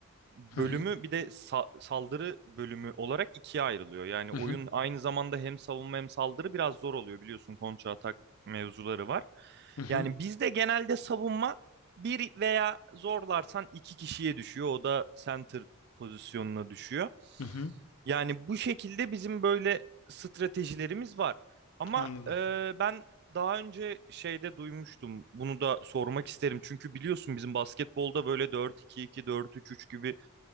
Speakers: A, on the right; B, on the left.
A: bölümü
B: Hı hı.
A: bir de sa- saldırı bölümü olarak ikiye ayrılıyor. Yani
B: Hı
A: oyun
B: hı.
A: aynı zamanda hem savunma hem saldırı biraz zor oluyor biliyorsun kontra atak mevzuları var.
B: Hı hı.
A: Yani bizde genelde savunma bir veya zorlarsan iki kişiye düşüyor. O da center pozisyonuna düşüyor.
B: Hı hı.
A: Yani bu şekilde bizim böyle stratejilerimiz var. Ama
B: Anladım.
A: e, ben daha önce şeyde duymuştum. Bunu da sormak isterim. Çünkü biliyorsun bizim basketbolda böyle dört iki iki dört üç üç gibi